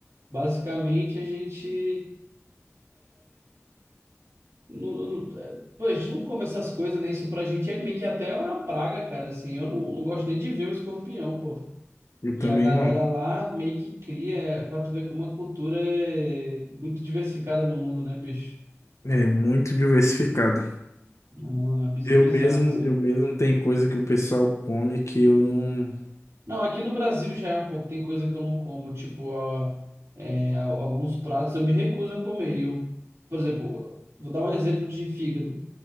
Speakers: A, on the right; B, on the left.
A: basicamente a gente. Não, não- é, pô, a gente não come essas coisas, né? Isso pra gente é meio que até uma praga, cara, assim. Eu não, não gosto nem de ver um escorpião, pô.
B: Eu
A: E
B: também
A: a galera
B: não.
A: lá meio que cria, é, pra tu ver como a cultura é muito diversificada no mundo, né, bicho?
B: É muito diversificada.
A: Não, é biz-
B: Eu
A: bizarro
B: mesmo,
A: isso
B: eu
A: aí.
B: mesmo tem coisa que o pessoal come que eu não.
A: Não, aqui no Brasil já é um pouco, tem coisa que eu não como, tipo, a, é, a- alguns pratos eu me recuso a comer. E Eu, por exemplo, vou dar um exemplo de fígado.